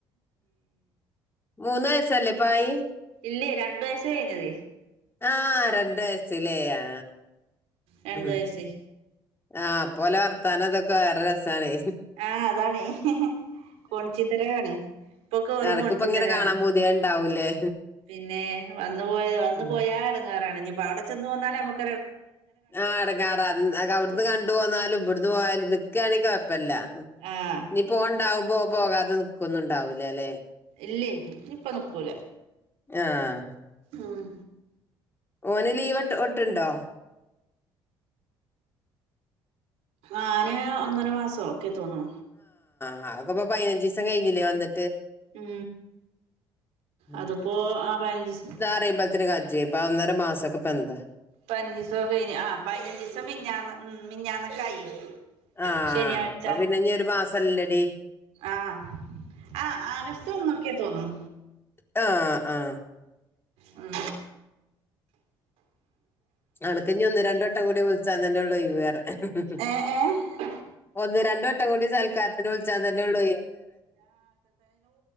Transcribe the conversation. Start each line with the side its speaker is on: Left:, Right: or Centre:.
Left: മൂന്ന് വയസല്ലേ പായ
Right: ഇല്ലേ രണ്ട വയസ കഴിഞ്ഞത്
Left: ആ രണ്ട വയസില ആ
Right: രണ്ടു
Left: ഉ
Right: വയസ്സ്
Left: ആ അപ്പോലെ വർത്താനം അതൊക്കെ വേറെ രസണേ
Right: ആ അതാണേ <unintelligible> ഇപ്പൊക്കെ
Left: എനക്കിപ്പോ ഇങ്ങനെ കാണാൻ
Right: <unintelligible>
Left: പുതിയ ഉണ്ടാവൂലേ
Right: പിന്നെ വന്നു പോയ വന്നു
Left: ഉം.
Right: പോയാ എടുങ്ങറാണ് ഇപ്പോ അവിടെ ചെന്ന് പോന്നാലേ നമ്മുക്ക്
Left: ആ അടങ്ങാറാ അവിടുന്ന് കണ്ടു പോന്നാലും ഇവിടന്ന് പോയാലും നിക്കുകയാണെങ്കിൽ കുഴപ്പമില്ല.
Right: ആഹ്
Left: ഇനി പോണ്ടാവും പോ പോകാതെ നിക്കന്ന ഇണ്ടാവൂ ല്ലാ ല്ലേ
Right: ഇല്ലേ ഇനിയിപ്പ നിക്കൂല
Left: ആഹ്
Right: ഉം
Left: ഓന് ലീവ്ട്ട് ഒട്ടുണ്ടോ?
Right: അവന് ഒന്നര മാസം ഒക്കെ തോന്ന്ണു
Left: ആ അതപ്പ പതിനഞ്ച് ദിവസം കഴിഞ്ഞില്ലേ വന്നി
Right: ഉം
Left: <unintelligible>
Right: അതിപ്പോ ആ പതിനഞ്ചീസം
Left: ഒന്നര മസൊക്കെ ഇപ്പൊ എന്താ?
Right: പതിനഞ്ച് ദിവസം കഴിഞ്ഞു ആ പതിനഞ്ച് ദിവസം മിഞ്ഞാന്ന് മിഞ്ഞാന്നൊക്കെ ആയി.
Left: ആഹ്
Right: ശനിയാഴ്ച
Left: അപ്പൊ പിന്നെ ഇനി ഒരു മാസല്ലടി
Right: ആഹ് ആ ആഗസ്റ്റ് ഒന്നൊക്കെ തോന്നും.
Left: ആ ആ.
Right: ഉം.
Left: ആളക്കഞ്ഞ ഒന്ന് രണ്ട് വട്ടം കൂടി വിളിച്ചാ തന്നെള്ളൂ <unintelligible>
Right: ഏഹ് ഏഹ്
Left: രണ്ട് വട്ടം കൂടി സൽക്കാരത്തിന് വിളിച്ചാ തന്നെ ഉള്ളു